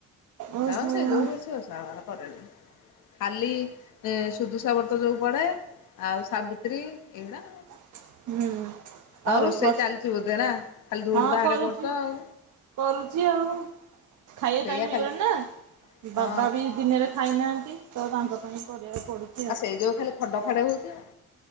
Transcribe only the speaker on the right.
ଓହୋ
ହୁଁ।
ଆଉ
ବର୍ଷ
ହଁ
କରୁଚି,
କରୁଚି ଆଉ। ଖାଇବା
ଟାଇମ୍
ହେଇ ଗଲାଣି ନା
ବାବା ବି ଦିନରେ ଖାଇ ନାହାନ୍ତି ତ ତାଙ୍କ ପାଇଁ କରିବାକୁ ପଡୁଛି।